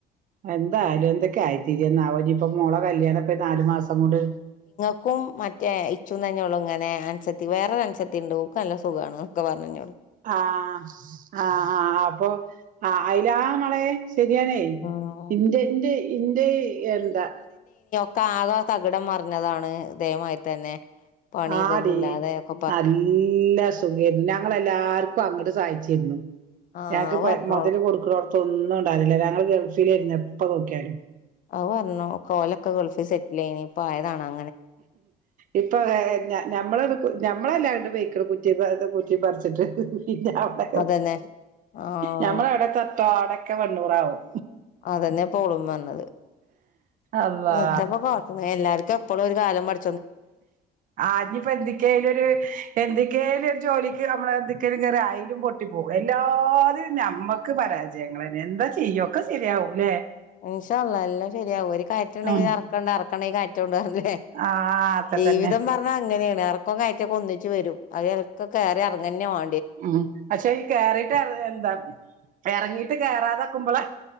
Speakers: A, on the right; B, on the left.
A: എന്തായാലും എന്തൊക്കായിത്തിരും ന്നാവോ ഞ്ഞി പ്പൊ മോളെ കല്യാണം പ്പൊ നാല് മാസം കൊണ്ട്
B: ക്കും മറ്റേ ഇച്ചും തന്നെള്ളൂ ങ്ങനെ അൻസത്തി വേറൊരു അൻസത്തിണ്ട് ഓക്ക് നല്ല സുഖാണ് ന്നൊക്കെ പർഞ് ന്നോട്
A: ആ ആ ആ അപ്പൊ ആ അയിലാ മളെ ശെരിയാണേ
B: ആഹ്
A: ഇന്റെന്റെ ഇന്റെ എന്താ
B: ക്കാകെ അ തകിടം മറിഞ്ഞതാണ് ഇതേ മാതിരിത്തെന്നെ പണി
A: ആടി
B: തൊന്നുംല്ലാതെ ക്കെ
A: നല്ല സുഗെര്ന്ന് ഞങ്ങളെല്ലാർക്കും അങ്ങട്ട് സഹായിച്ചിരുന്നു
B: ആഹ്
A: ഞങ്ങക്ക്
B: അത്
A: പെ
B: പറഞ്ഞോളു
A: മൊതല് കൊട്ക്ക്ണോട്ത്തൊന്നും ണ്ടാവലില്ല ഞങ്ങള് ഗൾഫ്ലേന്നു എപ്പ നോക്യാലും
B: അത് പറഞ്ഞു കോലൊക്കെ ഗൾഫിൽ സെറ്റിലേനി ഇപ്പ ആയതാണാ
A: ഇപ്പൊ ഞ ഞമ്മള ഞമ്മളെല്ലാര്തും പെയ്ക്ക് ണ്. കുറ്റി പറ കുറ്റി പറിച്ചിട്ട് പിന്നെ അവിടെ
B: അതന്നെ ആഹ്
A: ഞമ്മൾ എവിടെക്കെത്തോ അവ്ടൊക്കെ വെണ്ണൂറാവും
B: അതന്നെ ഇപോളും വന്നത്.
A: അള്ളാ
B: എത്താപ്പോ കാട്ട്ണ് എല്ലാർക്കും എപ്പളും ഒരു കാലം പഠ
A: ആഞ്ഞിപ്പോ എന്ത്ക്കെലും ഒരു എന്ത് ക്കേലൊ ജോലിക്ക് നമ്മളെ ന്ത് ക്കേലും കേറി അയ്ലും പൊട്ടി പോകും എല്ലാ തും നമ്മുക്ക് പരാജയങ്ങളന്നെ എന് ന്താ ചെയ്യ ഒക്കെ ശരിയാവുലേ
B: ഇൻഷാ അള്ളാഹ് എല്ലാം ശരിയാവും ഒരു കയറ്റം ഇണ്ടെങ്കിൽ
A: ഉം
B: ഇറക്കണ്ട് ഇറക്കണ്ടെങ്കി കയറ്റുണ്ട് പർഞി ലെ
A: ആഹ് അതൊക്കെ
B: ജീവിതം
A: തന്നെ
B: പറഞ്ഞാ അങ്ങനെണ് എർക്കും കയറ്റൊക്കെ ഒന്നി ച്ച് വരും <unintelligible> കേറി ഇറങ്ങന്നെ വാ
A: ഉം പക്ഷേ ഈ കേറിയിട്ട് എന്താ ഇറങ്ങീട്ട് കേറാതക്കുമ്പളാ